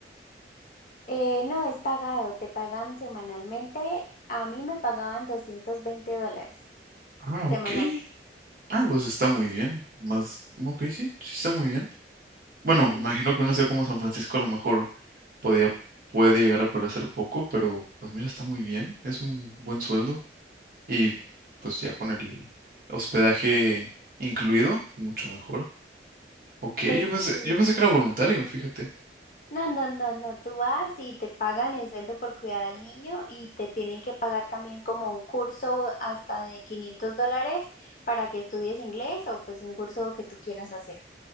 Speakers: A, on the left; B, on the right.
A: Eh, no, es pagado, te pagan semanalmente. A mí me pagaban 220 dólares
B: Ah, ok.
A: semanales.
B: Ah, pues está muy bien. Más, ok, sí, sí está muy bien. Bueno,
A: Sí,
B: me imagino que una ciudad como San Francisco a lo mejor podía, puede llegar a parecer poco, pero pues mira, está muy bien, es un buen sueldo y pues ya con el hospedaje incluido, mucho mejor. Ok,
A: pues
B: yo pensé,
A: sí.
B: yo pensé que era voluntario, fíjate.
A: No, no, no, no, tú vas y te pagan el sueldo por cuidar al niño y te tienen que pagar también como un curso hasta de 500 dólares para que estudies inglés o pues un curso que tú quieras hacer.